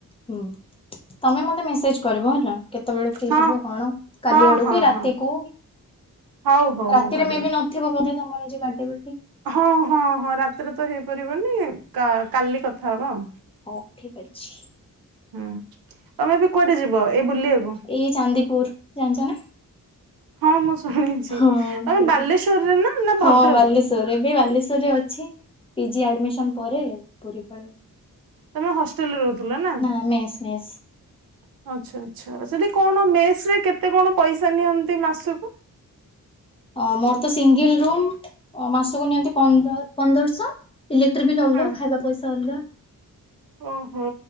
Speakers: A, on the left (about 15°); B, on the right (about 85°).
A: ହୁଁ ତମେ ମତେ ମେସେଜ କରିବ ହେଲା କେତେବେଳେ ହେଇଥିବ
B: ହଁ
A: କଣ କାଲି
B: ହଁ
A: ଆଡକୁ
B: ହଁ
A: ରାତିକୁ
B: ହଁ ହଉ ହଉ
A: ରାତିରେ
B: ମୁଁ କରିବି
A: ମେ ବି ନ ଥିବ ବୋଧ ତମର ଆଜି ବାର୍ଡେ ପାଟି
B: ହଁ ହଁ ହଁ ରାତିରେ ତ ହେଇପାରିବନି। କାଲି କଥା ହବ ଆଉ।
A: ହଉ ଠିକ ଅଛି
B: ହୁଁ ତମେ ବି କୁଆଟେ ଯିବ ଏଇ ବୁଲିବାକୁ?
A: ଏଇ ଚାନ୍ଦିପୁର, ଜାଣିଛ ନା?
B: ହଁ ମୁଁ ଶୁଣିଛି
A: ହଁ
B: ତମେ
A: ସେଇଠି।
B: ବାଲେଶ୍ଵରରେ ନା ନା
A: ହଁ
B: ଭଦ୍ରକ?
A: ବାଲେଶ୍ଵର ଏବେ ବାଲେଶ୍ଵରରେ ଅଛି ପିଜି ଆଡମିସନ ପରେ ପୁରୀ ପଳେଇବି।
B: ତମେ ହଷ୍ଟେଲ ରେ ରହୁଥିଲ ନା?
A: ମେସ୍ ମ ସ୍
B: ଆଚ୍ଛା ଆଚ୍ଛା ଯଦି କଣ ମେସ ରେ କେତେ କଣ ପଇସା ନିଅନ୍ତି ମାସକୁ?
A: ଅ ମୋର ତ ସିଙ୍ଗଲ ରୁମ୍ ମାସକୁ ନିଅନ୍ତି ପନ୍ଦରଶହ। ଇଲେକ୍ଟ୍ର ବିଲ୍ ଅଲଗା
B: ହୁଁ
A: ଖାଇବା ପଇସା ଅଲଗା।
B: ଓହୋ